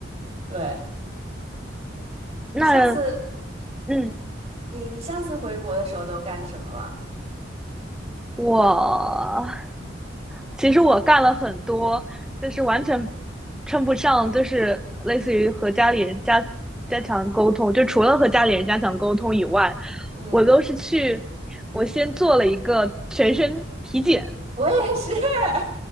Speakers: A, on the right (about 35°); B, in the centre.
A: 对，你上次，
B: 那嗯，
A: 你你上次回国的时候都干什么了？
B: 我其实我干了很多，就是完全称不上，就是类似于和家里人加加强沟通，就除了和家里人加强沟通以外，
A: 嗯，
B: 我都是去，我先做了一个全身体检，
A: 我也是。<laughs>